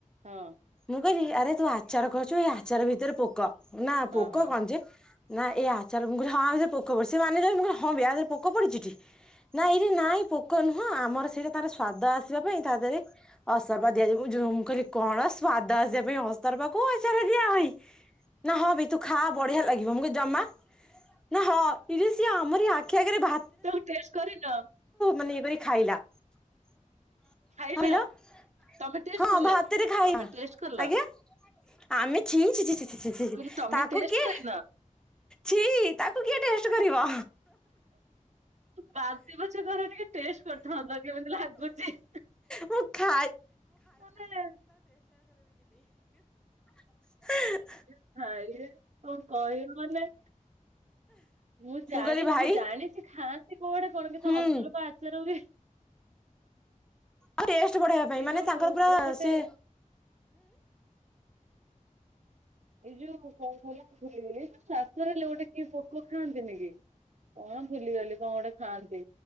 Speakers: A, on the right; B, in the centre.
A: ହଁ।
B: ମୁଁ କହିଲି ଆରେ ତୁ ଆଚାର କରୁଛୁ ଏଇ ଆଚାର ଭିତରେ ପୋକ ନା ପୋକ
A: ଓହୋ
B: କଣ ଯେ ନା ଏଇ ଆଚାର ମୁଁ କଲି ହଁ ଆଭି ପୋକ ପଡିଚି ସେ ମାନିଲାନି ମୁଁ କଲି ହଁବେ ୟା ଦେରେ ପୋକ ପଡିଚି କି? ନାଇଁ ରେ ନାଇଁ ପୋକ ନୁହଁ ଆମର ସେଇଟା ତାର ସ୍ଵାଦ ଆସିବା ପାଇଁ ତା ଦେହରେ ଅସର୍ପା ଦିଆଯି ଯଉ ମୁଁ କହିଲି କଣ ସ୍ଵାଦ ଆସିବା ପାଇଁ ଅସରପା କଉ ଆଚାର ଦିଆହଏ। ନା ହଁ ବି ତୁ ଖା ବଢିଆ ଲାଗିବ ମୁ କି ଜମା ନା ହଁ ଇରେ ସିଏ ଆମରି ଆଖି ଆଗରେ ଭା
A: ତମ୍ ଟେଷ୍ଟ କରିନ।
B: ମାନେ ଇଏ କରିରି ଖାଇଲା। <unintelligible>
A: ଖାଇନା ତମେ ଟେଷ୍ଟ
B: ହଁ
A: କଲ
B: ଭାତରେ। <unintelligible>
A: ତମେ ଟେଷ୍ଟ କଲ
B: ଆଜ୍ଞା? ଆମେ ଛିଃ ଛିଃ ଛିଃ ଛିଃ
A: ମୁଁ କହିଲି ତମେ
B: ତାକୁ
A: ଟେଷ୍ଟ
B: କିଏ
A: କରିନ
B: ଛିଃ ତାକୁ କିଏ ଟେଷ୍ଟ କରିବ।
A: ବାନ୍ତି ପଛେ କର ଟିକେ ଟେଷ୍ଟ କରିଥାନ୍ତ। କେମିତି ଲାଗୁଛି?
B: ମୁଁ ଖା।
A: ମାନେ
B: <unintelligible>
A: ଏ ଭାଇ ରେ କଣ କହିବ ମାନେ ମୁଁ ଜାଣିନି।
B: କହିଲି ଭାଇ
A: ମୁଁ ଜାଣିଛି ଖାଆନ୍ତି କୋଉ ଆଡ଼େ କଣ କିଛି
B: ହୁଁ
A: ଅସରପା ଆଚାର ବି
B: ଆଉ ରେଷ୍ଟ ବଢେଇବା ପାଇଁ। ମାନେ
A: ଯୋଉ
B: ତାଙ୍କର
A: କଣ
B: ପୁରା
A: ଗୋଟେ
B: ସେ
A: ଏଇ ଯୋଉ କଣ କହ ମୁଁ ଭୁଲିଗଲି <unintelligible> ଗୋଟେ କିଏ ପୋକ ଖାଆନ୍ତିନି କି? କଣ ଭୁଲିଗଲି, କଣ ଗୋଟେ ଖାଆନ୍ତି।